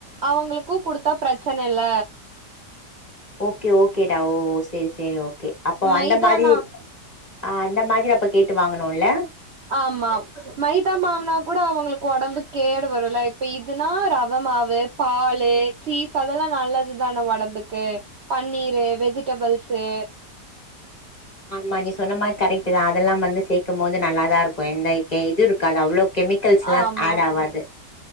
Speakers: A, on the right; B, on the left.
A: அவங்களுக் கு குடுத்தா ப்ரச்சன இல்ல
B: ஓகே ஓகே டா ஓ சேரி சேரி ஓகே அப்போ
A: மைதானா
B: அந்த மாரி ஆ அந்த மாரி அப்போ கேட்டு வாங்கணுல
A: ஆமா மைதா மாவுனா கூட அவங்களுக்கு உடம்புக் கேடு வருல இப்ப இதுன்னா ரவ மாவு பாலு சீஸ் அதெல்லா நல்லதுதான ஒடம்புக்கு பன்னீரு வெஜ்டபுள்ஸு
B: ஆமா நீ சொன்ன மாரி கரெக்ட்டு தா அதெல்லா வந்து சேக்கும் போது நல்லாதா இருக்கு எந்த கெ இது இருக்காது அவ்ளோக் கெமிக்கல்ஸ்லாஸ்
A: ஆமா
B: ஆட் ஆவாது